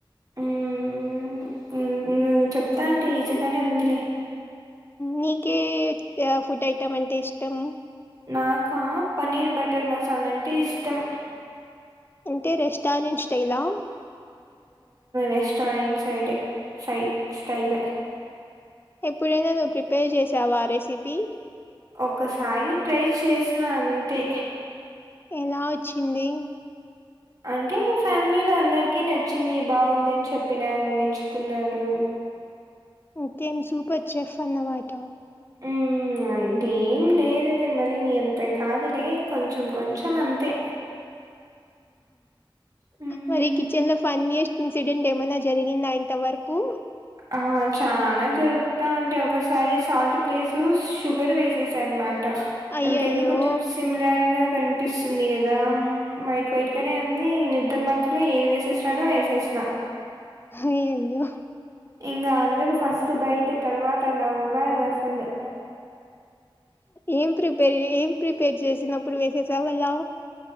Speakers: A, on the right; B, on the left.
A: హ్మ్ హ్మ్ నువ్వు చెప్తా అంటే ఈజీగానే ఉందిలే
B: నీకే ఆ ఫుడ్ ఐటమ్ అంటే ఇష్టం
A: నాకా పన్నీర్ బటర్ మసాలా అంటే ఇష్టం
B: అంటే రెస్టారెంట్ స్టైలా
A: రెస్టోరెంట్ సైడ్ సైట్ స్టైల్ ఏ
B: ఎప్పుడైనా నువ్వు ప్రిపేర్ చేసావా ఆ రెసిపీ
A: ఒకసారి ట్రై చేసిన అంతే
B: ఎలా వచ్చింది
A: అంటే ఫ్యామిలీలో అందరికి నచ్చింది బాగుందని చెప్పినారు మెచ్చుకున్నారు
B: ఇంకేం సూపర్ చఫ్ అన్నమాట
A: ఊ అంతేం లేదులే మనీ నీ అంత కాదులే కొంచం కొంచం అంతే హ్మ్.
B: మరి కిచెన్లో ఫనియస్ట్ ఇన్సిడెంట్ ఏమైనా జరిగిందా అ ఇంత వరకు
A: ఆ చనా జరుకుతా ఉంటయ్ ఒకసారి సాల్ట్ ప్లేస్లు షుగర్ వేసేసా అనమాట
B: అయ్యయ్యో
A: అవి రెండు కొంచెం సిమిలర్గా కనిపి అపిస్తుంది కదా వైట్ వైట్గానే అన్నీ నిద్ద్ర మత్రలో ఏది వేసేసిననో వేసేసిన
B: అయయ్యో
A: ఇంగ అందరు ఫస్ట్ బయట తర్వాత నవ్వారు అసలు
B: ఏం ప్రిపేర్ ఏం ప్రిపేర్ చేసినప్పుడు వేసే సావళ